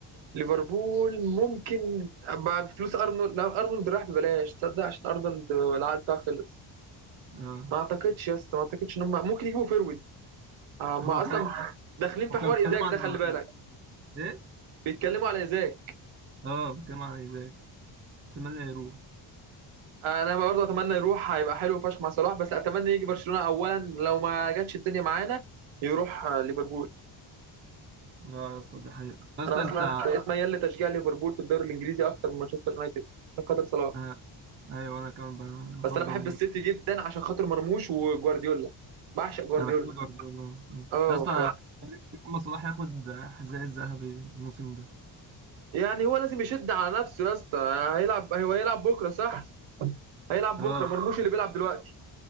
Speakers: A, on the right; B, on the right.
A: ليفربول ممكن مع فلوس ارنولد لو ارنولد راح ببلاش تصدق عشان ارنولد العقد بتاعه خلص
B: آه.
A: ما اعتقدش يا اسطى ما اعتقدش ان هم ممكن يجيبوا فيرويد آه، ما
B: هو
A: اصلا
B: كان
A: داخلين في
B: هو كان
A: حوار
B: بيتكلم
A: ايزاك
B: عن
A: ده
B: ايزاك
A: خلي بالك
B: ايه
A: بيتكلموا على ايزاك
B: اه بيتكلم عن ايزاك اتمنى يروح
A: انا برضه اتمنى يروح هيبقى حلو فشخ مع صلاح بس اتمنى يجي برشلونه اولا لو ما جاتش الدنيا معانا يروح آه، ليفربول
B: اه يا اسطى دي حقيقة يا اسطى
A: انا اصلا
B: انت
A: بقيت ميال لتشجيع ليفربول في الدوري الانجليزي اكتر من مانشستر يونايتد عشان خاطر صلاح
B: آه. ايوه انا كمان ب- بفضل
A: بس انا بحب السيتي جدا عشان خاطر مرموش وجوارديولا بعشق جوارديولا
B: انا بحب جوارديولا آه.
A: اه
B: يا اسطى
A: ف...
B: أنا كان نفسي محمد صلاح ياخد حذاء الذهبي الموسم ده
A: يعني هو لازم يشد على نفسه يا اسطى هيلعب هو هيلعب بكره صح هيلعب
B: اه
A: بكره مرموش اللي بيلعب دلوقتي